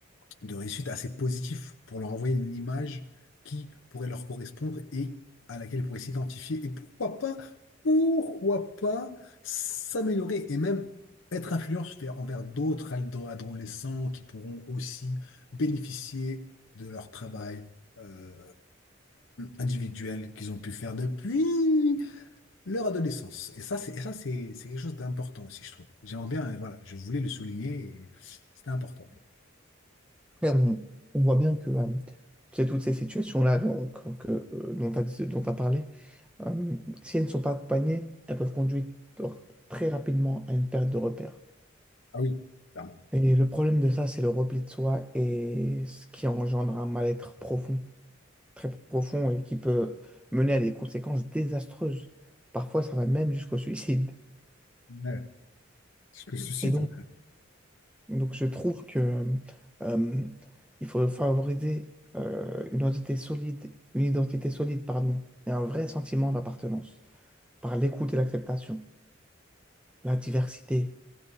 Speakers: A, on the left (about 75°); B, in the centre.
A: de réussite assez positif pour leur envoyer une image qui pourrait leur correspondre et à laquelle ils pourraient s'identifier. Et pourquoi pas, pourquoi pas s'améliorer et même être influents envers d'autres ado- adolescents qui pourront aussi bénéficier de leur travail euh, individuel qu'ils ont pu faire depuis leur adolescence. Et ça, c'est, et ça, c'est, c'est quelque chose d'important aussi, je trouve. J'aimerais bien, euh, voilà, je voulais le souligner et c'était important. pour moi.
B: Et on, on voit bien que euh, c'est toutes ces situations-là donc, que, euh, dont tu as, dont t'as parlé, Euh, si elles ne sont pas accompagnées, elles peuvent conduire très rapidement à une perte de repères.
A: Ah oui, clairement.
B: Et le problème de ça, c'est le repli de soi et ce qui engendre un mal-être profond, très profond et qui peut mener à des conséquences désastreuses. Parfois, ça va même jusqu'au suicide.
A: Ouais, ce que suscite,
B: Et donc,
A: ouais,
B: donc je trouve que euh, il faut favoriser euh, une identité solide, une identité solide, pardon, et un vrai sentiment d'appartenance par l'écoute et l'acceptation, la diversité.